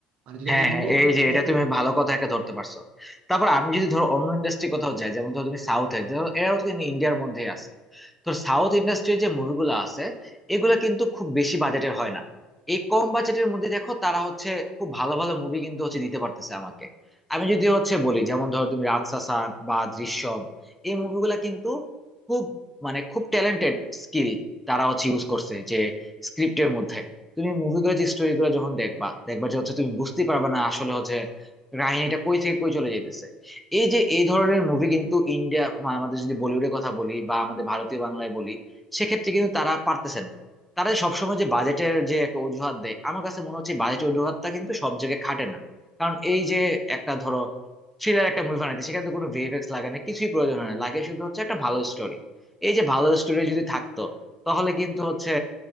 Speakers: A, on the right; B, in the centre.
A: মানে যদি
B: হ্যাঁ
A: আমি
B: হ্যাঁ
A: ইন্ডিয়াতে
B: এই
A: ইনকাম
B: যে এটা
A: করার কথা
B: তুমি
A: বলি
B: ভালো কথা একটা ধরতে পারছো তারপর আমি যদি ধরো অন্য ইন্ডাস্ট্রি কোথাও যাই যেমন ধরো তুমি সাউথে ধরো এরাও কিন্তু ইন্ডিয়ার মধ্যে আছে তো সাউথ ইন্ডাস্ট্রির যে মুভিগুলো আছে এগুলা কিন্তু খুব বেশি বাজেটের হয় না এই কম বাজেটের মধ্যে দেখো তারা হচ্ছে খুব ভালো ভালো মুভি কিন্তু হচ্ছে দিতে পারতেছে আমাকে আমি যদি হচ্ছে বলি যেমন ধরো তুমি রাজশাসন বা দৃশ্যম এই মুভিগুলা কিন্তু খুব মানে খুব ট্যালেন্টেড স্কিল তারা হচ্ছে ইউজ করছে যে স্ক্রিপ্টের মধ্যে তুমি মুভিগুলো যে স্টোরি গুলো যখন দেখবা দেখবা যে হচ্ছে তুমি বুঝতে পারবে না আসলে হচ্ছে কাহিনীটা কই থেকে কই চলে যাইতেছে এই যে এই ধরনের মুভি কিন্তু ইন্ডিয়া মানে আমাদের যদি বলিউডের কথা বলি বা আমাদের ভারতীয় বাংলায় বলি সেক্ষেত্রে কিন্তু তারা পারতেছে না তারা সবসময় যে বাজেটের যে একটা অজুহাত দেয় আমার কাছে মনে হচ্ছে বাজেটের অজুহাতটা কিন্তু সব জায়গায় খাটে না কারণ এই যে একটা ধরো থ্রিলার একটা মুভি বানাইতে সেখানে তো কোনো ভিএফএক্স লাগে না কিছুই প্রয়োজন হয় না লাগে শুধু হচ্ছে একটা ভালো স্টোরি এই যে ভালো স্টোরি যদি থাকতো তাহলে কিন্তু হচ্ছে